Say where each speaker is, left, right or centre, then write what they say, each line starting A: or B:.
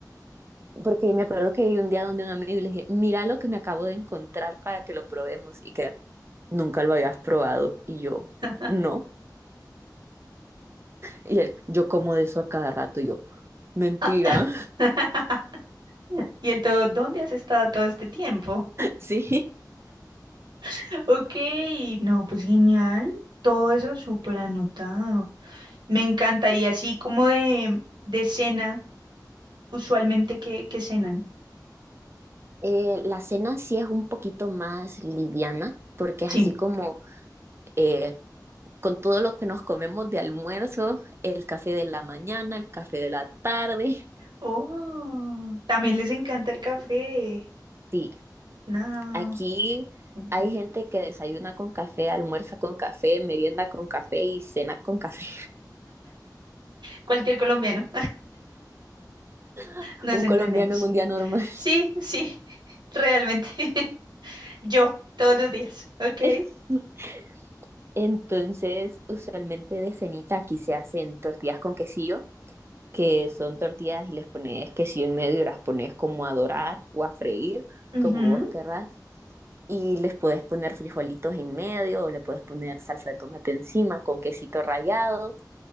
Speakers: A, on the right (about 35°); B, on the right (about 80°).
A: porque me acuerdo que hay un día donde un amigo y le dije, mira lo que me acabo de encontrar para que lo probemos y que nunca lo habías probado y yo,
B: <laughs>
A: no. Y él, yo como de eso a cada rato y yo, mentira,
B: Ah, <laughs> Y el todo, ¿dónde has estado todo este tiempo?
A: <laughs> sí.
B: <laughs> Ok, no, pues genial. Todo eso súper anotado. Me encanta. Y así como de, de cena, usualmente que, cenan.
A: Eh, la cena sí es un poquito más liviana porque es
B: Sí.
A: así como eh, con todo lo que nos comemos de almuerzo, el café de la mañana, el café de la tarde.
B: Oh, también les encanta el café.
A: Sí,
B: No,
A: aquí
B: me encanta.
A: hay gente que desayuna con café, almuerza con café, merienda con café y cena con café.
B: Cualquier colombiano.
A: <laughs>
B: Nos
A: Un
B: entendemos.
A: colombiano en un día normal.
B: Sí, sí, <laughs> realmente. <laughs> Yo, todos los días. Ok.
A: <laughs> Entonces, usualmente de cenita aquí se hacen tortillas con quesillo, que son tortillas y les pones quesillo en medio y las pones como a dorar o a freír,
B: Ujú,
A: como vos querrás. y les puedes poner frijolitos en medio o le puedes poner salsa de tomate encima con quesito rallado